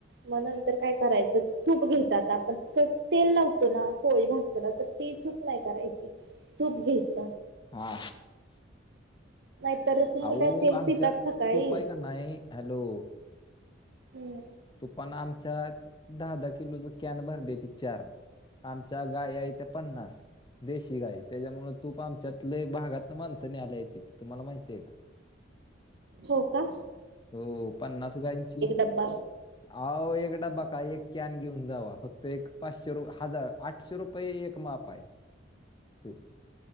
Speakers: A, on the right (about 65°); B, on the left (about 25°).
A: मग नंतर काय करायचं तूप घ्यायचात आपण तेल लावतो ना कोळी भास चला तर ती चूक नाही करायची तूप घ्यायच.
B: हा
A: नाहीतर तुम्ही
B: अहो
A: काय तेल
B: आमच्यात
A: पितात सकाळी
B: तूप हाय का नाय हॅलो.
A: हम्म
B: तूपाण आमच्यात दहा दहा किलोच कॅन भरली त चार. आमच्या गाया हैत्या पन्नास. देशी गाय त्याच्यामुळ तूप आमच्यात लई भागातन माणसं न्यायला येतीत तुम्हाला माहिती हाय का.
A: हो का
B: हो हो पन्नास गाईची
A: बा.
B: अहो एक डबा काय एक कॅन घेऊन जावा फक्त एक पाचशे रुप हजार आठशे रुपये एक माप आहे तूप.